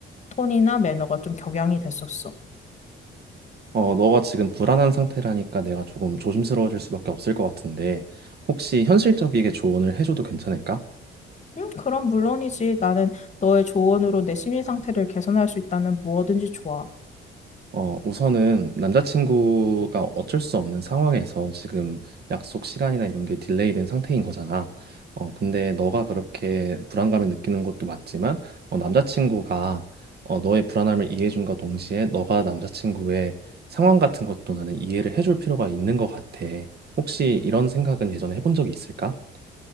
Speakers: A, on the left; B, on the right.
A: 톤이나 매너가 좀 격양이 됐었어.
B: 어, 너가 지금 불안한 상태라니까 내가 조금 조심스러워질 수밖에 없을 것 같은데, 혹시 현실적이게 조언을 해줘도 괜찮을까?
A: 음, 그럼 물론이지. 나는 너의 조언으로 내 심리 상태를 개선할 수 있다면 무엇든지 좋아.
B: 어, 우선은 남자친구가 어쩔 수 없는 상황에서 지금 약속 시간이나 이런 게 딜레이된 상태인 거잖아. 어, 근데 너가 그렇게 불안감을 느끼는 것도 맞지만, 어, 남자친구가 어, 너의 불안함을 이해해준과 동시에 너가 남자친구의 상황 같은 것도 나는 이해를 해줄 필요가 있는 것 같아. 혹시 이런 생각은 예전에 해본 적이 있을까?